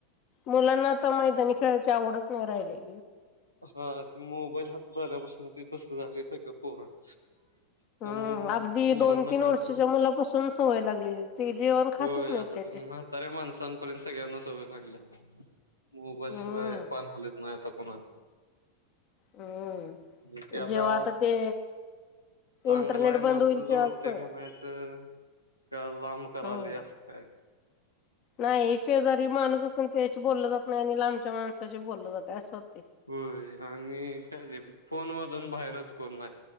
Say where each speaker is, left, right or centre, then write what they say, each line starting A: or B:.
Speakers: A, on the left; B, on the left.
A: मुलांना आता मैदानी खेळाची आवडच नाही राहिली.
B: हा ते मोबाईल हातात आल्यापासून ते तस झालय सगळं पोरांच त्यामुळं
A: ह अगदी
B: पोरांना
A: दोन तीन
B: कायतर
A: वर्षाच्या मुलापासून सवय लागलेली, ती जेवण खातच
B: होय
A: नाही
B: आता
A: ते
B: म्हाताऱ्या माणसांपर्यंत सगळ्यांना सवई लागल्या, मोबाईलशिवाय
A: हम्म
B: पाण हालत नाही, आता कोणाच.
A: हम्म
B: जीथे आता
A: जेव्हा ते
B: चांगलंय
A: इंटरनेट बंद
B: माणसं
A: होईल
B: जोडतय
A: तेव्हाच कळेल.
B: म्हणायचं. का लांब कराली
A: हम्म
B: असं काय.
A: नाही हे शेजारी माणूस असून त्यायाशी बोललं जात नाही, आणि लांबच्या माणसाशी बोललं जात असं होत
B: होय आणि काय ते फोन मधून बाहेरच कोण नाय.